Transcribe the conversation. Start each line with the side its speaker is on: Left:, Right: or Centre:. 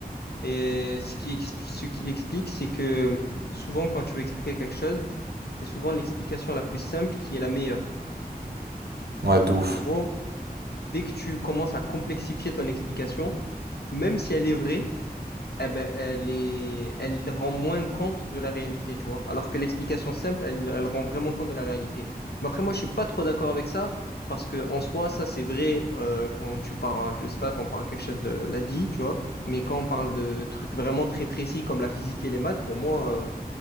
Left: Et ce qui, ex- ce qu'il explique, c'est que souvent, quand tu veux expliquer quelque chose, c'est souvent l'explication la plus simple qui est la meilleure.
Right: Ouais, de ouf.
Left: En gros, dès que tu commences à complexifier ton explication, même si elle est vraie, eh ben, elle est, elle rend moins compte de la réalité, tu vois. Alors que l'explication simple, elle, elle rend vraiment compte de la réalité. Mais après, moi, je suis pas trop d'accord avec ça, parce que en soi, ça, c'est vrai euh, quand tu parles, je sais pas, quand on parle quelque chose de la vie, tu vois. Mais quand on parle de trucs vraiment très précis comme la physique et les maths, pour moi, euh,